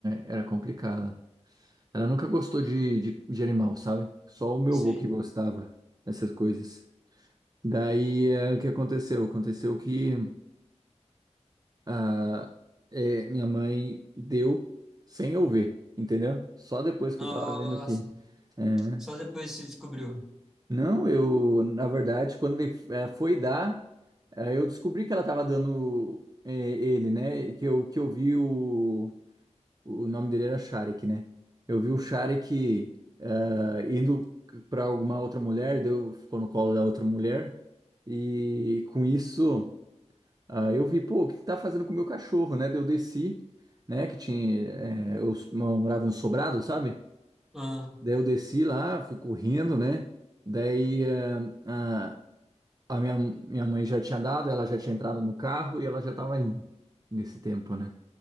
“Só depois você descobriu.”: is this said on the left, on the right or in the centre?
Centre